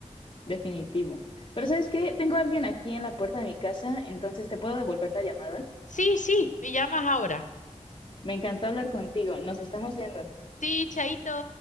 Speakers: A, on the left; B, on the left.
A: definitivo. Pero
B: Mm.
A: ¿sabes qué? Tengo a alguien aquí en la puerta de mi casa, entonces te puedo devolver la llamada.
B: Sí, sí, me llamas ahora.
A: Me encantó hablar contigo. Nos estamos viendo.
B: Sí, chaito.